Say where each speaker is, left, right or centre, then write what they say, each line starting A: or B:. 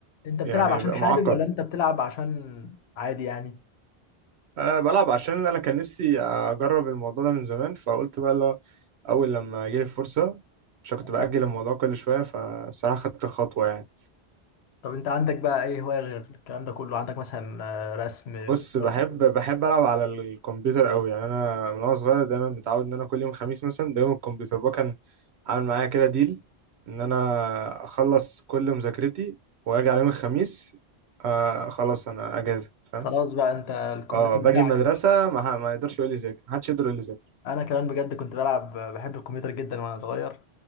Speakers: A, on the left; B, on the right.
A: انت بتلعب
B: يعني
A: عشان
B: بيبقى
A: حابب
B: معقد
A: ولا انت بتلعب عشان عادي يعني
B: أه بلعب عشان انا كان نفسي اجرب الموضوع ده من زمان فقلت بقى لا اول لما جيلي فرصة عشان كنت
A: آه.
B: بأجل الموضوع كل شوية فالصراحة خدت الخطوة يعني
A: طب انت عندك بقى ايه هوايه غير الكلام ده كله عندك مثلا آه، رسم
B: بص بحب
A: قراية.
B: بحب العب على الكمبيوتر قوي يعني انا من وانا صغير دايما متعود ان انا كل يوم خميس مثلا ده يوم الكمبيوتر بقى كان عامل معايا كده ديل ان انا اخلص كل مذاكرتي واجي على يوم الخميس آه خلاص انا اجازه فاهم
A: خلاص بقى انت الكمبيوتر
B: اه باجي
A: بتاعك
B: المدرسه ما, ح- ما يقدرش يقول لي ذاكر ما حدش يقدر يقول لي ذاكر
A: انا كمان بجد كنت بلعب بحب الكمبيوتر جدا وانا صغير